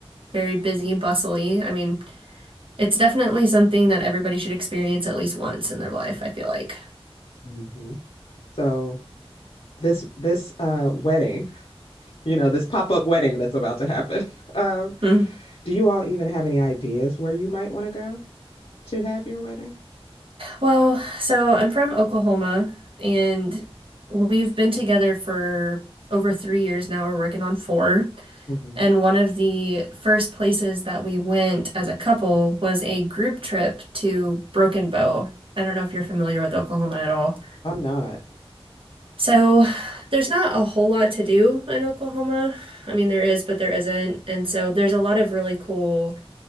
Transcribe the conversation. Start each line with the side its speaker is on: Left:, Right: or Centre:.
Right: very busy, bustly. I mean, it's definitely something that everybody should experience at least once in their life, I feel like.
Left: mhm. So this this uh wedding, you know, this pop-up wedding that's about to happen. <laughs> Um,
Right: Mm.
Left: do you all even have any ideas where you might want to go to have your wedding?
Right: Well, so I'm from Oklahoma, and we've been together for over three years now. We're working on four.
Left: hmm
Right: And one of the first places that we went as a couple was a group trip to Broken Bow. I don't know if you're familiar with Oklahoma at all.
Left: I'm not.
Right: So there's not a whole lot to do in Oklahoma. I mean, there is, but there isn't. And so there's a lot of really cool,